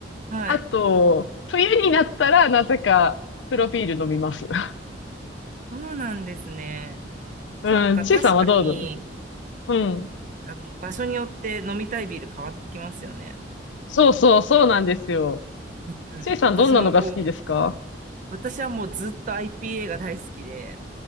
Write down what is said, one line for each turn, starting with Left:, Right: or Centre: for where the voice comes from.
Right: はい。
Left: あと、冬になったらなぜか黒ビール飲みます。<laughs>
Right: そうなんですね。
Left: うん、
Right: そっか、
Left: ちいさんはどうぞ。
Right: 確かに、
Left: うん。
Right: あの、場所によって飲みたいビール変わってきますよね。
Left: そうそう、そうなんですよ。
Right: うん。
Left: ちいさんどんなのが好きですか
Right: 私もこう、私はもうずっと IPA が大好きで、